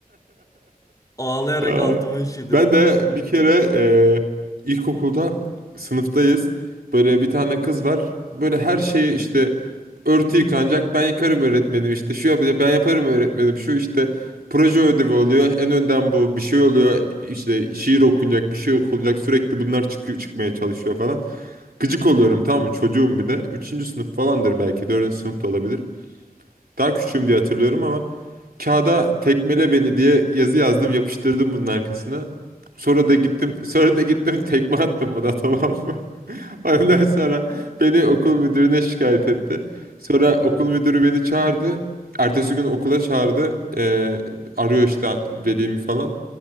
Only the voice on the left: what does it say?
Ağlayarak
altıma işedim.